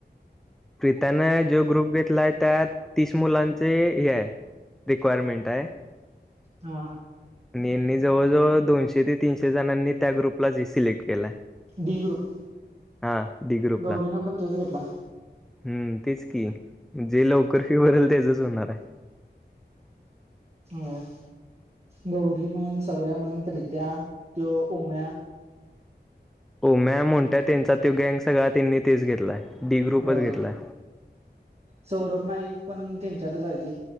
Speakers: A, in the centre; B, on the right (about 35°).
A: प्रीतानं ज्यो ग्रुप घेतलाय त्यात तीस मुलांचे हे आहे रिक्वायरमेंट हाय
B: हा
A: आणि यांनी जवळजवळ दोनशे ते तीनशे जणांनी त्या ग्रुपलाच ही सिलेक्ट केलाय.
B: D group.
A: हा डी ग्रुपला,
B: गौरीनं पण तोच घेतला
A: हम्म तेच कि जे लवकर फी भरल तेजच होणार हाय
B: ह, गौरी म्हण सौर्या म्हण प्रित्या त्यो उम्या
A: उम्या मोन्ट्या म त्यांचा तो गँंग सगळा त्यांनी तेच घेतलाय, डी ग्रुपच
B: होय
A: घेतलाय
B: सौरभ नाईक पण त्यांच्यातच आहे ती